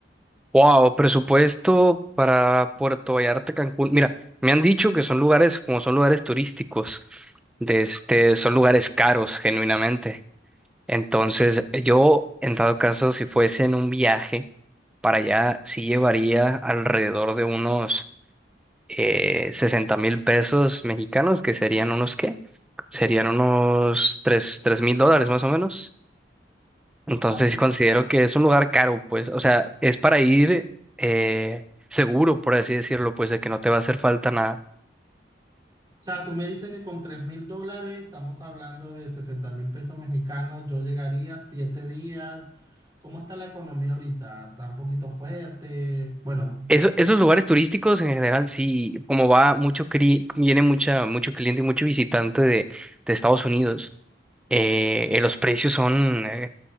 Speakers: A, in the centre; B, on the right.
A: Wow, presupuesto para Puerto Vallarta, Cancún. Mira, me han dicho que son lugares, como son lugares turísticos, de este, son lugares caros, genuinamente. Entonces, yo, en dado caso, si fuese en un viaje para allá, sí llevaría alrededor de unos eh, 60 mil pesos mexicanos, que serían unos, ¿qué? Serían unos tres tres mil dólares más o menos. Entonces
B: O sea, tú, o
A: considero que es un lugar caro, pues, o sea, es para ir eh, seguro, por así decirlo, pues, de que no te va a hacer falta nada.
B: sea, tú me dices que con tres mil dólares, estamos hablando de sesenta mil pesos mexicanos, yo llegaría siete días. ¿Cómo está la economía ahorita? ¿Está un poquito fuerte? Bueno,
A: Eso- esos lugares turísticos en general, sí, como va mucho, cri- viene mucha, mucho cliente y mucho visitante de, de Estados Unidos, eh, eh, los precios son, eh,